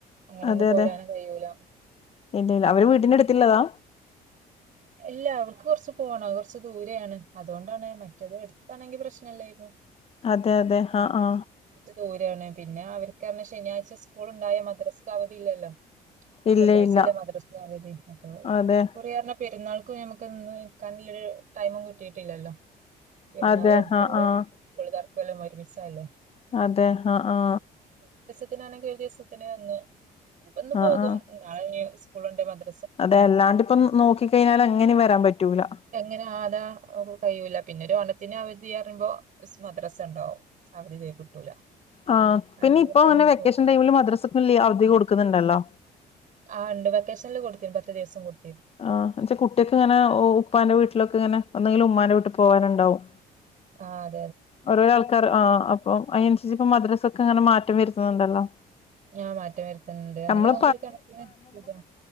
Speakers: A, on the right; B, on the left.
A: അങ്ങനെ
B: അതെ
A: ഒന്നും പോരാനും
B: അതെ
A: കഴിയൂല
B: എന്തെ അവര് വീടിന്റടുത്തിള്ളതാ
A: ഇല്യാ അവർക്ക് കൊർച്ച് പോണം കൊർച്ച് ദൂരെയാണ് അതൊണ്ടാണ് മറ്റേത് എടുത്താണെങ്കി പ്രശ്നല്ലേയ്രുന്നു
B: അതെ അതെ ആ ആ
A: ദൂരെണ് പിന്നെ അവര്ക്കർഞ്ഞാ ശനിയാഴ്ച സ്കൂള്ണ്ടായ മദ്രസ്ക് അവധിയില്ലല്ലോ.
B: ഇല്ല
A: വെള്ളിയാഴ്ച
B: ഇല്ല
A: അല്ലേ മദ്രസ്ന് അവധി അപ്പൊ
B: അതെ
A: ഇക്കുറിറർഞ്ഞാ ഇന്നാൾക്കും നമുക്ക്ന്ന് നിക്കാൻരു ടൈമും കിട്ടിയിട്ടില്ലല്ലോ പെരുന്നാളും
B: അതെ
A: <unintelligible>
B: ആഹ് ആഹ്
A: ല്ല ഒരുമിച്ചല്ലേ
B: അതെ ആ ആ
A: ത്തിനാണെക്കി ദിവസത്തിന് വന്ന് ഇപ്പന്ന്
B: ആഹ്
A: പോകും
B: ആഹ്
A: നാളെ സ്കൂൾ ഒണ്ട് മദ്ര
B: അതെ അല്ലാണ്ട് ഇപ്പം നോക്കി കഴിഞ്ഞാൽ അങ്ങനെ വരാൻ പറ്റൂല.
A: എങ്ങനെ അതാ അവർക്ക് കഴിയൂല പിന്നെ ഒരു ഓണത്തിന് അവധി പറയുമ്പോ മദ്രസ ഉണ്ടാവും അവധിതീരെ കിട്ടൂല.
B: ആ പിന്നെ
A: അങ്ങനെയൊക്കെ
B: ഇപ്പൊ അങ്ങനെ വെക്കേഷൻ
A: പോകും
B: ടൈമിൽ മദ്രസക്കും അവധി കൊടുക്കുന്നുണ്ടല്ലോ.
A: ആണ്ട് വെക്കേഷനിൽ കൊടുത്ത് പത്ത് ദിവസം കൊടുത്ത്.
B: ആ എന്നച്ചാ കുട്ടിയക്ക് ഇങ്ങനെ ഉപ്പാന്റെ വീട്ടിലക്കെ ഇങ്ങനെ ഒന്നെങ്കിലും ഉമ്മാന വീട്ട് പോകാനുണ്ടാവും
A: ആ അ
B: ഓരോരൊ ആൾക്കാർ ആ അപ്പൊ അയ്നൻസരിച്ചക്കൊ മദ്രസക്ക് ഇങ്ങനെ മാറ്റം വരുത്തുന്നുണ്ടല്ലോ
A: ഞ മാറ്റം വരുത്തുന്നുണ്ട് അങ്ങനെയാകുമ്പോ
B: നമ്മള്
A: ഒരു കണക്കിന് സുഖല്ലെ